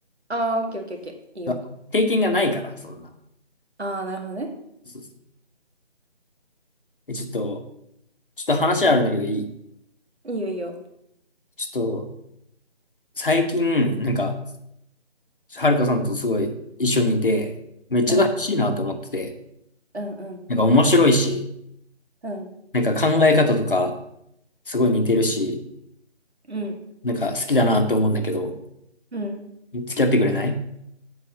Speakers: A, on the right; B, on the left.
A: ああー、オッケーオッケーオッケー。いいよ。
B: あ。経験がないから、そんな。
A: ああ、なるほどね。
B: そうそうえ、ちょっと、ちょっと話あるんだけどいい
A: いいよいいよ。
B: ちょっと、最近、なんか、はるかさんとすごい一緒にいて、嬉しいなと思ってて、
A: うん、うん、うん、
B: なんか面白いし、
A: うん、
B: なんか考え方とかすごい似てるし、
A: うん、
B: なんか好きだなって思うんだけど、
A: うん。
B: 付き合ってくれない